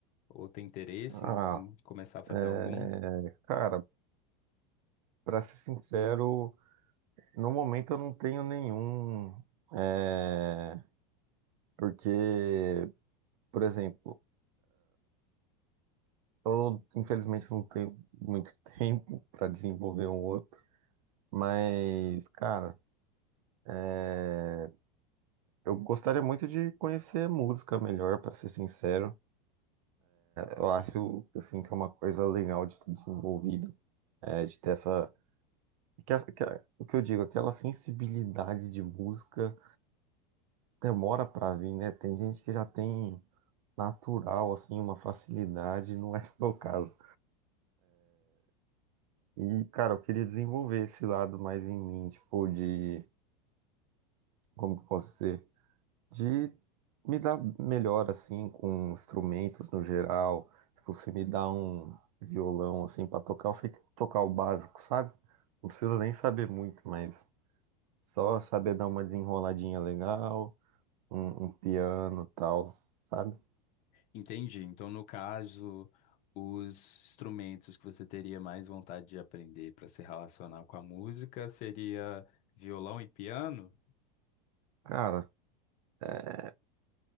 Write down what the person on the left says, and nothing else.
Ou tem interesse
em, em começar a fazer
algum?
Entendi. Então, no caso, os instrumentos que você teria mais vontade de aprender para se relacionar com a música seria violão e piano?